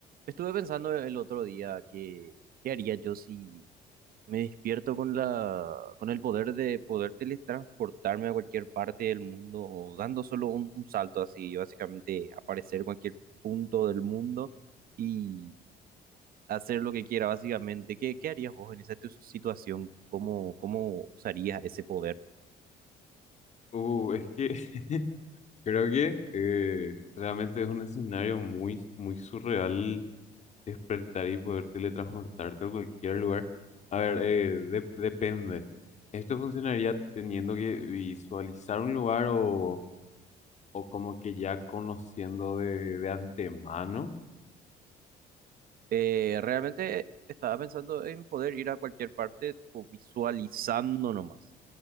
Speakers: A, on the right (about 60°); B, on the left (about 45°).
A: Estuve pensando el otro día que qué haría yo si me despierto con la con el poder de poder teletransportarme a cualquier parte del mundo, dando solo un, un salto así, básicamente aparecer en cualquier punto del mundo y hacer lo que quiera, básicamente. ¿Qué, qué harías vos en esa tu- situación? ¿Cómo, cómo usarías ese poder?
B: Uh, es que <laughs> creo que eh, realmente es un escenario muy, muy surreal despertar y poder teletransportarte a cualquier lugar. A ver, eh, dep- depende. ¿Esto funcionaría teniendo que visualizar un lugar o, o como que ya conociendo de, de antemano?
A: Eh, realmente estaba pensando en poder ir a cualquier parte, tipo, visualizando nomás.